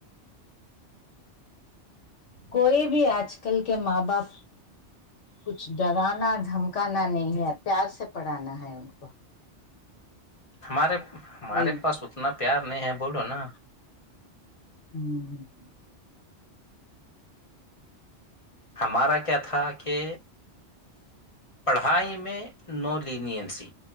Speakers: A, on the left; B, on the left.
A: کوئی بھی آج کل کے ماں باپ کچھ ڈرانا دھمکانا نہیں ہے پیار سے پڑانا ہے ان کو
B: ہمارے ہمارے
A: یہی
B: پاس اتنا پیار نہیں ہے بولو نا
A: امم
B: ہمارا کیا تھا کہ پڑھائی میں نو لینینسی